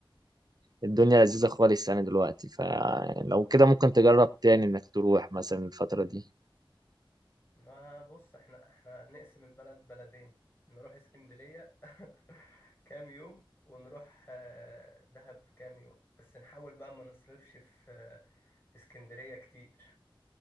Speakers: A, on the right; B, on the left.
A: الدنيا لذيذة خالص يعني دلوقتي فلو كده ممكن تجرب تاني انك تروح مثلا الفترة دي
B: ما بص احنا احنا نقسم البلد بلدين نروح اسكندرية <laughs> كام يوم ونروح آه، دهب كام يوم بس نحاول بقى ما نصرفش في آه، في اسكندرية كتير